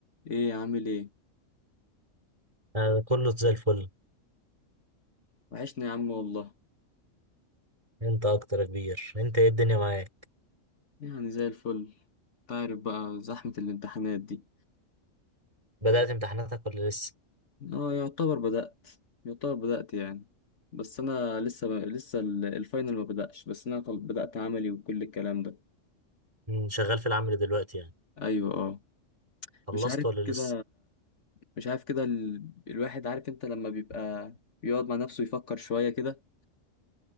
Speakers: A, on the left; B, on the right.
A: ايه عامل ايه
B: أنا كله زي الفل
A: وحشنا يا عم والله
B: انت اكتر يا كبير انت ايه الدنيا معاك
A: يعني زي الفل تعرف بقى زحمة الامتحانات دي
B: بدأت امتحاناتك ولا لسه
A: اه يعتبر بدأت يعتبر بدأت يعني بس انا لسه ب... لسه ال- الفاينل ما بدأش بس انا خل- بدأت عملي وكل الكلام ده
B: مم، شغال في العمل دلوقتي يعني
A: ايوه اه
B: خلصت
A: مش عارف
B: ولا لسه
A: كده مش عارف كده ال... الواحد عارف انت لما بيبقى بيقعد مع نفسه يفكر شوية كده